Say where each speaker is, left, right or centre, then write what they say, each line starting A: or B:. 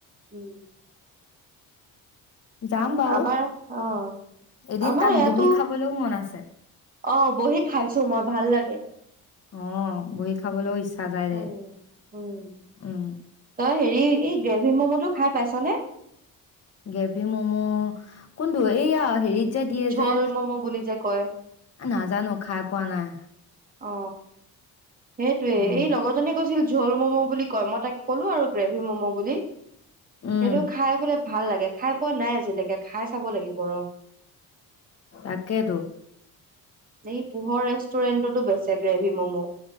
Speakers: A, on the right (about 25°); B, on the left (about 40°).
A: উম
B: যাম বাৰু
A: আমাৰ অ
B: এদিন
A: আমাৰ
B: তাত
A: ইয়াতো
B: বহি খাবলৈও মন আছে
A: অ বহি খাইছো মই ভাল লাগে
B: অহ বহী খাবলৈও ইচ্ছা যায়
A: উম
B: দে
A: উম
B: উম।
A: তই হেৰি এই গ্ৰেভি ম'ম' টো খাই পাইছনেে
B: গেভি মম' কোনটো এইয়া হেৰিত যে দিয়ে
A: ঝোল
B: যে
A: ম'ম' বুলি যে কয়
B: নাজানো খাই পোৱা নাই
A: অ সেইটোয়ে
B: উম,
A: এই লগৰজনে কৈছিল ঝল ম'ম' বুলি কয় মই তাকে ক'লো আৰু গ্ৰেভি ম'ম' বুলি।
B: উম,
A: সেইটো খাই বোলে ভাল লাগে খাই পোৱা নাই। যেনেকে খাই চাব লাগিব ৰ
B: তাকেতো
A: এই পোহৰ ৰেষ্টুৰেণ্টতো বেছে গ্ৰেভি ম'ম'